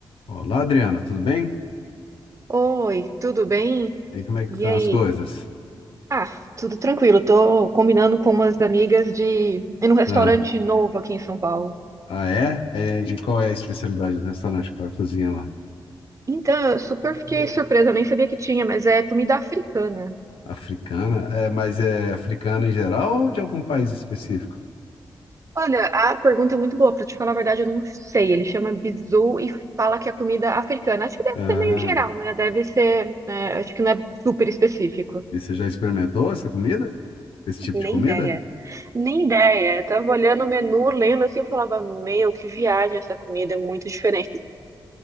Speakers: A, on the left; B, on the right.
A: Olá, Adriana, tudo bem?
B: Oi, tudo bem?
A: E como é que
B: E
A: estão
B: aí?
A: as coisas?
B: Ah, tudo tranquilo. Tô combinando com umas amigas de ir num restaurante
A: Ah,
B: novo aqui em São Paulo.
A: ah, é? É, E qual é a especialidade do restaurante? Qual é a cozinha lá?
B: Então, eu super fiquei surpresa, nem sabia que tinha, mas é comida africana.
A: Africana? É, mas é africana em geral ou de algum país específico?
B: Olha, a pergunta é muito boa, pra te falar a verdade, eu não sei. Ele chama bizu e fala que é comida africana. Acho que deve
A: Ah,
B: ser meio geral, né? Deve ser, é, acho que não é super específico.
A: e você já experimentou essa comida? Esse tipo
B: Nem
A: de comida?
B: ideia, nem ideia. Eu tava olhando o menu, lendo assim, eu falava, meu, que viagem essa comida, é muito diferente.